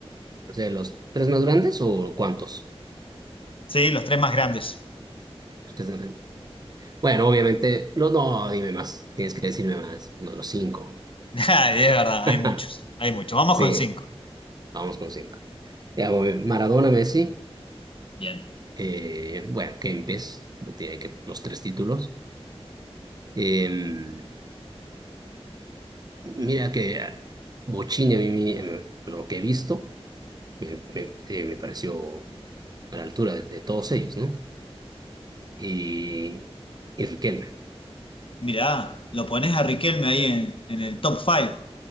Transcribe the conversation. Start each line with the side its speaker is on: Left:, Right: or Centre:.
Right: ¿De los tres más grandes o cuántos?
Left: Sí, los tres más grandes.
Right: Entonces, bueno, obviamente, no, no, dime más, tienes que decirme más, no, los cinco.
Left: <laughs> Ah, Es verdad, hay
Right: <laughs>
Left: muchos, hay muchos. Vamos
Right: Sí,
Left: con cinco.
Right: vamos con cinco. Ya, voy, Maradona, Messi,
Left: Bien.
Right: eh, bueno, Kempes, tiene que los tres títulos. Eh, mira que ah, Bochini, a mí, me- eh, lo que he visto, me, me- eh, me pareció a la altura de, de todos ellos, ¿no? Y, y Riquelme.
Left: Mirá, lo pones a Riquelme ahí en, en el top five.